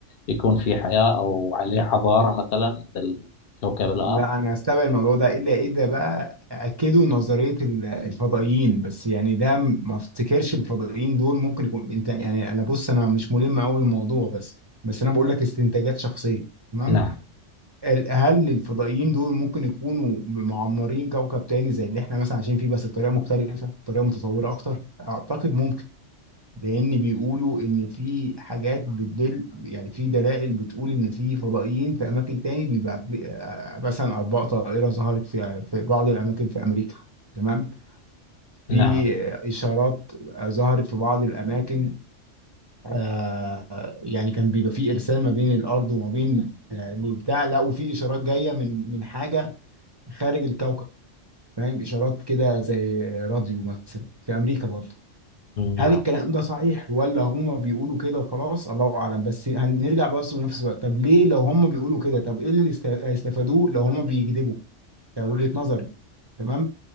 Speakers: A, on the left; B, on the right.
A: يكون في حياة أو عليه حضارة مثلا مثل كوكب الأرض؟
B: لا انا استبعد الموضوع ده الا اذا بقى اكدوا نظريه ال- الفضائيين بس يعني ده م- ما افتكرش الفضائيين دول ممكن يكون انت يعني انا بص انا مش ملم قوي بالموضوع بس بس انا بقول لك استنتاجات شخصيه تمام
A: نعم
B: ال- هل الفضائيين دول ممكن يكونوا معمرين كوكب تاني زي اللي احنا مثلا عايشين فيه بس بطريقه مختلفه بطريقه متطوره اكتر اعتقد ممكن. لان بيقولوا ان في حاجات بتدل يعني في دلائل بتقول ان في فضائيين في اماكن تاني بيبقى آه، مثلا اطباق طائره ظهرت في في بعض الاماكن في امريكا تمام في
A: نعم
B: آه، اشارات آه، ظهرت في بعض الاماكن آه، يعني كان بيبقى في ارسال ما بين الارض وما بين آه، البتاع لقوا في اشارات جايه من من حاجه خارج الكوكب فاهم اشارات كده زي آه، راديو مثلا في امريكا برضه
A: نعم
B: هل الكلام ده صحيح ولا هما بيقولوا كده وخلاص الله اعلم بس هنرجع بس لنفس الوقت طب ليه لو هما بيقولوا كده طب ايه اللي است- هيستفادوه لو هما بيكذبوا ده وجهة نظري تمام